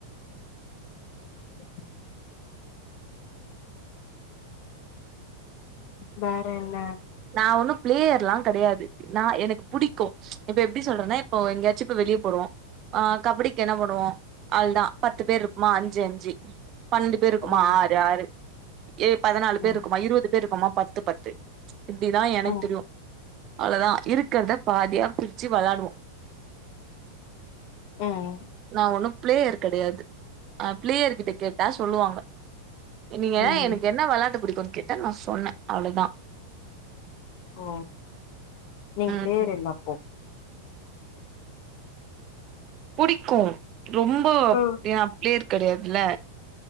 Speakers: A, on the left; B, on the right.
A: <inaudible> வேர என்ன
B: நா ஒண்ணு பிளேயர் எல்லா கெடையாது நா எனக்கு புடிக்கு இப்ப எப்பிடி சொல்றதுன்னா இப்போ எங்கயாச்சு இப்போ வெளியே போறோ ஆ கபடிக்கு என்ன பண்ணுவோ அவ்ளதா பத்து பேர் இருக்குமா அஞ்சு அஞ்சு பன்னெண்டு பேரு இருக்குமா
A: ம்
B: ஆரு ஆரு ஏ பதினாலு பேர்
A: ம்
B: இருக்குமா இருபது பேர் இருக்குமா பத்து பத்து இப்டிதா எனக்கு
A: ம்
B: தெரியு அவ்ளதா இருக்கிறத பாதியா பிரிச்சு வெளாடுவோ
A: ம்
B: நா ஒண்ணு பிளேயர் கெடையாது அ பிளேயர் கிட்ட கேட்டா சொல்லுவாங்க நீங்க
A: ம்
B: எனக்கு என்ன வெளாட்டு பிடிக்குன் கேட்டா நா சொன்ன அவ்ளோதா
A: ஓ நீங்க
B: ம்
A: பிளேயர் இல்ல அப்போ
B: புடிக்கு ரொம்ப அப்டிய
A: ம்
B: பிளேயர் கெடையாதில்ல